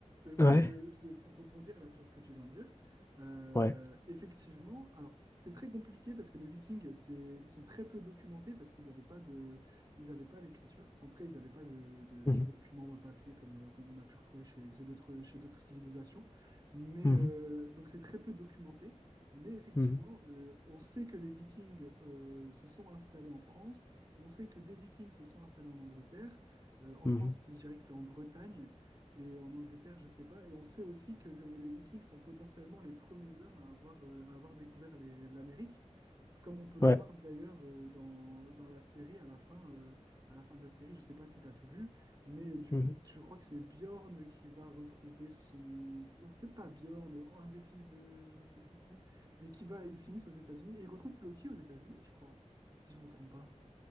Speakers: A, on the right; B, on the left.
A: Euh, moi,
B: ouais,
A: je, c'est- pour rebondir là sur ce que tu viens de dire, euh,
B: ouais.
A: effectivement, alors, c'est très compliqué parce que les Vikings, c'est, ils sont très peu documentés parce qu'ils n'avaient pas de, ils avaient pas l'écriture. En tout cas, ils n'avaient pas de, de,
B: Mhm,
A: de documents euh, papier comme, euh, comme on a pu retrouver chez, chez d'autres, chez d'autres civilisations. Mais
B: mhm,
A: euh, donc, c'est très peu documenté. Mais effectivement,
B: mhm,
A: euh, on sait que les Vikings euh, se sont installés en France. On sait que des Vikings se sont installés en Angleterre. Euh, en
B: mhm,
A: France, c'est- je dirais que c'est en Bretagne. Et en Angleterre, je sais pas. Et on sait aussi que euh, les Vikings sont potentiellement les premiers hommes à avoir, euh, à avoir découvert les- l'Amérique, comme on peut le
B: ouais.
A: voir d'ailleurs euh, dans, dans la série à la fin, euh, à la fin de la série. Je sais pas si tu as tout vu, mais euh, du
B: mhm.
A: coup, je crois que c'est Bjorn qui va retrouver son... non, Peut-être pas Bjorn, un des fils de je ne sais plus qui, mais qui va, ils finissent aux États-Unis. Et ils retrouvent Loki aux États-Unis, je crois, si je me trompe pas.